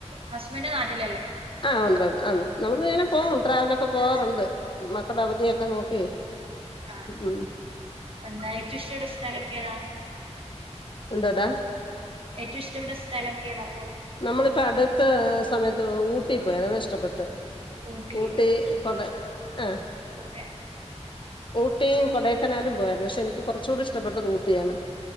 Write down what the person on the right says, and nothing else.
ഹസ്ബൻഡ് നാട്ടിലല്ലേ
പോയി
ആ
എന്താ ഏറ്റവും ഇഷ്ട്ടപെട്ട സ്ഥലൊക്കെ ഏതാ
ഏറ്റവും ഇഷ്ടപ്പെട്ട സ്ഥലൊക്കെ താ
ഊട്ടി
ലോക